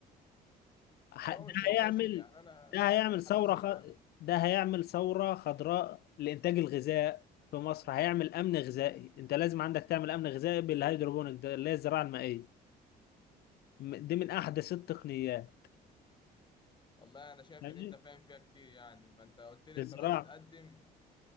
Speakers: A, on the left (about 25°); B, on the left (about 70°).
A: بس
B: ه-
A: هو
B: ده
A: مش منتشر
B: هيعمل
A: يعني انا
B: ده هيعمل
A: محدش
B: ثورة
A: سمع
B: خ...
A: عنه
B: ده هيعمل ثورة خضراء لإنتاج الغذاء في مصر هيعمل أمن غذائي أنت لازم عندك تعمل أمن غذائي بالهيدروبونيك ده اللي هي الزراعة المائية م- دي من أحدث التقنيات
A: والله انا شايف
B: يعني
A: ان انت فاهم فيها كتير يعني فانت قلت لي
B: الزراعة
A: انت رحت تقدم